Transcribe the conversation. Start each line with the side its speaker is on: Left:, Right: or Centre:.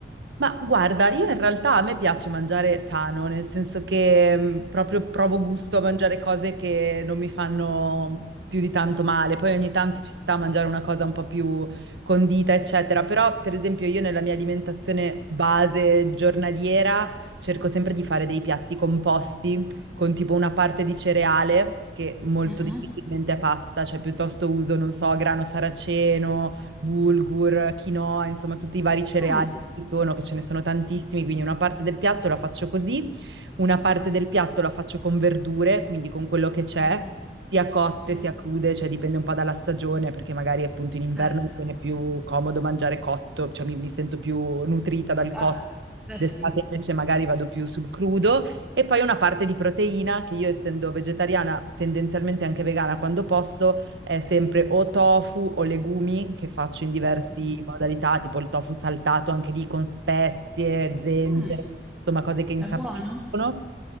Right: Ma guarda, io in realtà a me piace mangiare sano, nel senso che mh, proprio provo gusto a mangiare cose che non mi fanno più di tanto male. Poi ogni tanto ci sta a mangiare una cosa un po' più condita, eccetera. Però, per esempio, io nella mia alimentazione base giornaliera cerco sempre di fare dei piatti composti con tipo una parte di cereale, che molto
Centre: Mhm.
Right: difficilmente è pasta, cioè piuttosto uso, non so, grano saraceno bulgur, quinoa, insomma tutti i vari cereali
Centre: Mm.
Right: che ci sono, che ce ne sono tantissimi, quindi una parte del piatto la faccio così, una parte del piatto la faccio con verdure, quindi con quello che c'è,
Centre: Mhm.
Right: sia cotte
Centre: Sì,
Right: sia crude, cioè dipende un po' dalla stagione, perché magari appunto in inverno
Centre: certo.
Right: mi viene più comodo mangiare cotto, cioè mi, mi sento più nutrita dal cotto.
Centre: Eh, beh
Right: D'estate
Centre: sì.
Right: invece magari vado più sul crudo e poi una parte di proteina che io essendo vegetariana, tendenzialmente anche vegana quando posso, è sempre o tofu o legumi che faccio in diverse
Centre: Mm-hmm.
Right: modalità, tipo il tofu saltato anche lì con spezie, zenzero,
Centre: Mm,
Right: insomma cose che insaporiscono.
Centre: è buono?